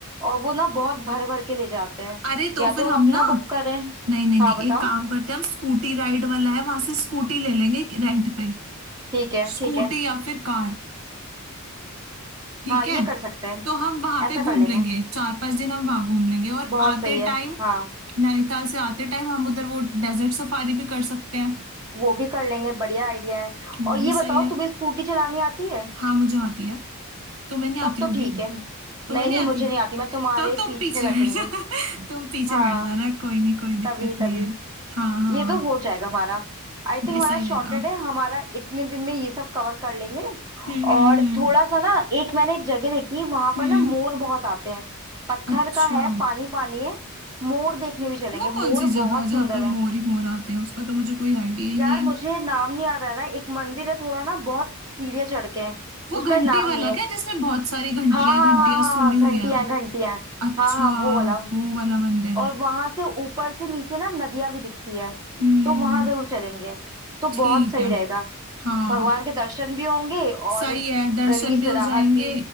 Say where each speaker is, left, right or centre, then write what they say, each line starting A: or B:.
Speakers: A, on the right; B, on the right.
A: और वो ना बहुत भर भर के ले जाते हैं
B: अरे तो
A: या तो
B: फिर
A: हम
B: हम
A: अपना
B: ना
A: बुक करें
B: नहीं नहीं
A: हाँ
B: नहीं
A: बताओ
B: एक काम करते हैं हम स्कूटी राइड वाला है वहां से स्कूटी ले लेंगे रेंट पे
A: ठीक है
B: स्कूटी
A: ठीक है
B: या फिर कार ठीक
A: हाँ ये
B: है
A: कर सकते हैं
B: तो हम वहां
A: ऐसा
B: पे घूम
A: कर लेंगे
B: लेंगे चार पांच दिन हम वहां घूम लेंगे और
A: बहुत
B: आते
A: सही है
B: टाइम
A: हाँ
B: नैनीताल से आते टाइम हम उधर वो डेजर्ट सफारी भी कर सकते हैं
A: वो भी कर लेंगे बढ़िया आइडिया है
B: वो
A: और ये
B: भी सही
A: बताओ
B: है
A: तुम्हें स्कूटी चलानी आती है
B: हाँ मुझे आती है तुम्हें नहीं
A: तब
B: आती
A: तो
B: होगी
A: ठीक है
B: तुम्हें
A: नहीं
B: नहीं
A: नहीं
B: आती
A: मुझे नहीं आती मैं तुम्हारे
B: तो तुम
A: पीछे
B: पीछे
A: बैठूंगी
B: बैठ जा <laughs> तुम पीछे
A: हाँ
B: बैठ जाना कोई नहीं कोई
A: तभी
B: दिक्कत
A: तभी
B: नहीं है हाँ हाँ
A: ये तो हो जाएगा हमारा आई थिंक
B: ये
A: हमारा
B: सही
A: शॉर्टेड
B: रहेगा
A: है हमारा इतने दिन में ये सब कवर कर लेंगे
B: हम्म
A: और
B: हम्म हम्म
A: थोड़ा सा ना एक मैंने एक जगह देखी वहां
B: हम्म
A: पर ना मोर बहुत आते हैं पत्थर
B: अच्छा
A: का है पानी पानी है मोर देखने भी चलेंगे
B: वो
A: मोर
B: कौन सी जगह
A: बहुत
B: है जहाँ
A: सुंदर
B: पे
A: है
B: मोर ही मोर आते हैं उसका तो मुझे कोई आइडिया ही
A: यार
B: नहीं है
A: मुझे नाम नहीं याद आ रहा है। एक मंदिर है थोड़ा ना बहुत सीढ़ियाँ चढ़ के हैं
B: वो
A: उसका
B: घंटी
A: नाम
B: वाला
A: नहीं है
B: क्या जिसमें बहुत सारी घंटियां
A: हाँ हाँ
B: घंटियां
A: हाँ हाँ
B: सुनी
A: हाँ
B: हुई
A: घंटियां
B: है
A: हैं, घंटियां हैं।
B: अच्छा
A: हाँ हाँ वो वाला
B: वो वाला मंदिर
A: और वहां से ऊपर से नीचे ना नदियां भी दिखती है
B: हम्म
A: तो वहां जरूर चलेंगे तो
B: ठीक
A: बहुत सही
B: है
A: रहेगा
B: हाँ
A: भगवान के दर्शन भी होंगे और
B: सही है दर्शन
A: गर्मी से
B: भी हो
A: राहत
B: जाएंगे
A: भी